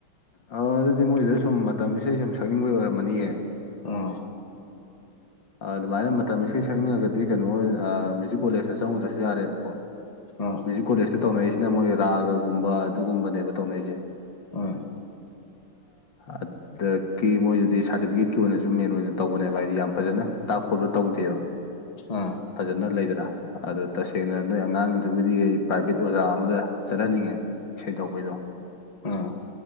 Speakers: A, on the left; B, on the left.
A: ꯑ ꯑꯗꯨꯗꯤ ꯃꯣꯏꯗ ꯁꯨꯝ ꯃꯇꯝ ꯏꯁꯩ ꯁꯨꯝ ꯁꯛꯅꯤꯡꯕꯒꯤ ꯑꯣꯏꯔꯝꯃꯅꯤꯌꯦ
B: ꯎꯝ
A: ꯑꯗꯨꯃꯥꯏꯅ ꯃꯇꯝ ꯏꯁꯩ ꯁꯛꯅꯤꯡꯉꯒꯗꯤ ꯀꯩꯅꯣ ꯃ꯭ꯌꯨꯖꯤꯛ ꯀꯣꯂꯦꯖꯇ ꯆꯪꯉꯨꯗ꯭ꯔꯁꯨ ꯌꯥꯔꯦꯕꯀꯣ
B: ꯑꯣ
A: ꯃ꯭ꯌꯨꯖꯤꯛ ꯀꯣꯂꯦꯖꯇ ꯇꯧꯅꯔꯤꯁꯤꯅ ꯃꯣꯏ ꯔꯥꯒꯒꯨꯝꯕ ꯑꯗꯨꯒꯨꯝꯕꯅꯦꯕ ꯇꯧꯅꯔꯤꯁꯦ
B: ꯍꯣꯏ
A: ꯑꯗꯨꯗꯒꯤ ꯃꯣꯏꯗꯨꯗꯤ ꯁꯥꯔꯇꯤꯐꯤꯀꯦꯠꯀꯤ ꯑꯣꯏꯅꯁꯨ ꯃꯦꯟ ꯑꯣꯏꯅ ꯇꯧꯕꯅꯦꯕ ꯍꯥꯏꯗꯤ ꯌꯥꯝ ꯐꯖꯅ ꯇꯥꯛ ꯈꯣꯠꯄ ꯇꯧꯗꯦꯕ
B: ꯑꯥ
A: ꯐꯖꯅ ꯂꯩꯗꯅ ꯑꯗꯨꯗ ꯇꯁꯦꯡꯅ ꯅꯣꯏ ꯑꯉꯥꯡꯁꯤꯡꯗꯨꯕꯨꯗꯤ ꯑꯩ ꯄ꯭ꯔꯥꯏꯚꯦꯠ ꯑꯣꯖꯥ ꯑꯃꯗ ꯆꯠꯍꯟꯅꯤꯡꯉꯦ ꯢꯁꯩ ꯇꯧꯄꯩꯗꯣ
B: ꯑꯥ